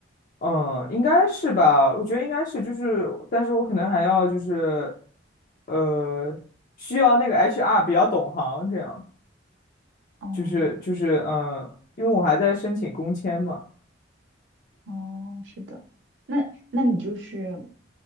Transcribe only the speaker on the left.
嗯，应该是吧？我觉得应该是，就是但是我可能还要就是，呃，需要那个 HR 比较懂行，这样
就是就是嗯，因为我还在申请工签嘛。